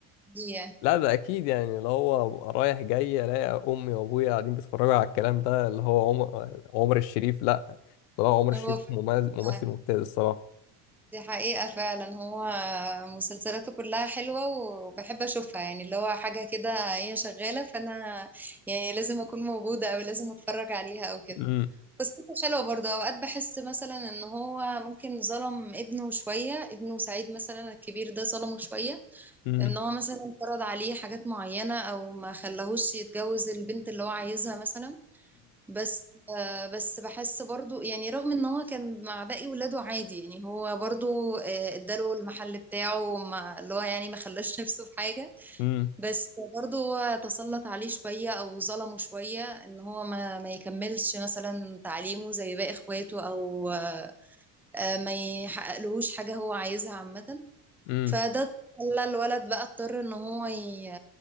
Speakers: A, in the centre; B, on the left.
A: دي يعني
B: لا ده اكيد يعني اللي هو أبقى رايح جاي الاقي امي وابويا قاعدين بيتفرجوا على الكلام ده اللي هو عمر عمر الشريف لا طلع عمر الشريف
A: هو فعلا
B: ممثل ممثل ممتاز الصراحه
A: دي حقيقة فعلا هو مسلسلاته كلها حلوة وبحب أشوفها يعني اللي هو حاجة كده هي شغالة فأنا يعني لازم أكون موجودة أو لازم أتفرج عليها أو كده
B: امم
A: قصته حلوة برضه أوقات بحس مثلا إن هو ممكن ظلم ابنه شوية ابنه سعيد مثلا الكبير ده ظلمه شوية
B: امم
A: إن هو مثلا فرض عليه حاجات معينة أو ما خلاهوش يتجوز البنت اللي هو عايزها مثلا بس آه، بس بحس برضو يعني رغم ان هو كان مع باقي ولاده عادي يعني هو برضو آه، اداله المحل بتاعه ما اللي هو يعني ما خلاش نفسه في حاجة
B: امم
A: بس برضو هو تسلط عليه شوية او ظلمه شوية ان هو ما ما يكملش مثلا تعليمه زي باقي اخواته او آه، ما يحققلهوش حاجة هو عايزها عامة
B: امم
A: فده خلى الولد بقى اضطر ان هو ي...